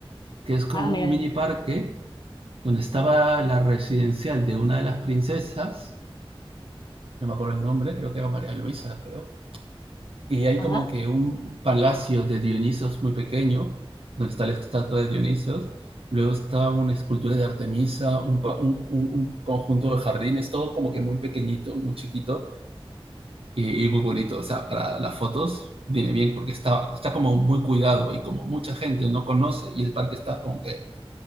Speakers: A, on the right; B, on the left.
A: que es como
B: Ah, mira,
A: un mini parque donde estaba la residencial de una de las princesas, no me acuerdo el nombre, creo que era María Luisa, creo, Y hay
B: ajá.
A: como que un palacio de Dionisos muy pequeño, donde está la estatua de Dionisos. Luego está una escultura de Artemisa, un, pa- un- un- un conjunto de jardines, todo como que muy pequeñito, muy chiquito y, y muy bonito. O sea, para las fotos viene bien porque está, está como muy cuidado y como mucha gente no conoce y el parque está como que